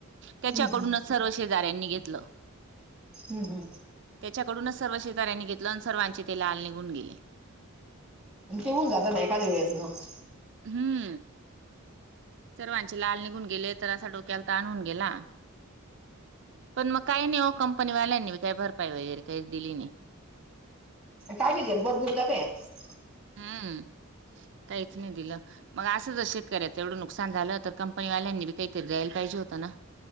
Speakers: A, on the right (about 55°); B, in the centre.
A: त्याच्याकडूनच
B: हं,
A: सर्व शेजऱ्यांनी घेतलं.
B: हम् हम्.
A: त्याच्याकडूनच सर्व शेजाऱ्यांनी घेतलं आण सर्वांचे तेला लाल निघून गेले.
B: ते होऊन जातं ना एखाद्या वेळेस मग.
A: हम्म सर्वांचे लाल निघून गेले तर असा डोक्याला ताणून गेला. पण मग काही नाही ओ कंपनी वाल्यांनी बि काही भरपाई वगैरे काहीच दिली नाही.
B: काय कितीेत बद बन जाते <unintelligible>
A: हम्म काहीच नाही दिलं मग असं जर शेतकऱ्याचं एवढं नुकसान झालं तर कंपनी वाल्यांनी बी काहीतरी द्यायला पाहिे होतं ना.